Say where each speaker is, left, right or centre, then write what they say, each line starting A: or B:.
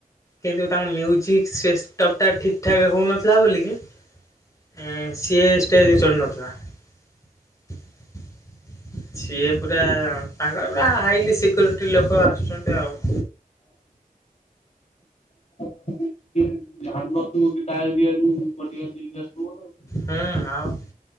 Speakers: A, on the left (about 20°); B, on the left (about 50°).
A: କିନ୍ତୁ ତାଙ୍କ ମ୍ୟୁଜିକ୍ ସିଷ୍ଟମ୍ ଟା ଠିକ ଠାକ ହଉନଥିଲା ବୋଲିକି ଏଁ, ସିଏ ଷ୍ଟେଜ୍ <unintelligible> ନଥିଲା। ସିଏ ପୁରା ତାଙ୍କର ପୁରା ହାଇଲି ସିକ୍ୟୁରିଟି ଲୋକ ଆସୁଛନ୍ତି। ସିଏ ଆଉ
B: <inaudible> ଯାହା ନଥିବୁ କି ତା ଏରିଆରୁ ପଟିଆ ନେଇକି ଆସିଥିବ ନା
A: ହଁ, ଆଉ